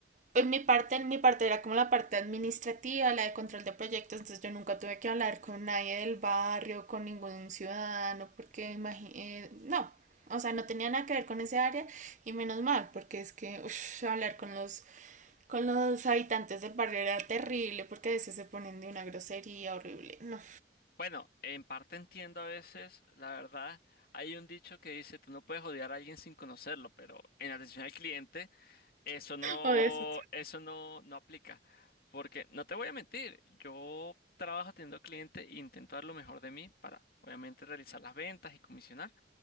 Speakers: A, on the right; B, on the left.
A: en mi parte, en mi parte era como la parte administrativa, la de control de proyectos, entonces yo nunca tuve que hablar con nadie del barrio, con ningún ciudadano, porque imagínate, eh, no, o sea, no tenía nada que ver con ese área y menos mal, porque es que uff, hablar con los con los habitantes del barrio era terrible porque a veces se ponen de una grosería horrible. No,
B: Bueno, en parte entiendo a veces, la verdad, hay un dicho que dice, tú no puedes odiar a alguien sin conocerlo, pero en atención al cliente. Eso no,
A: O eso.
B: eso no, no aplica. Porque no te voy a mentir, yo trabajo atendiendo al cliente e intento dar lo mejor de mí para, obviamente, realizar las ventas y comisionar.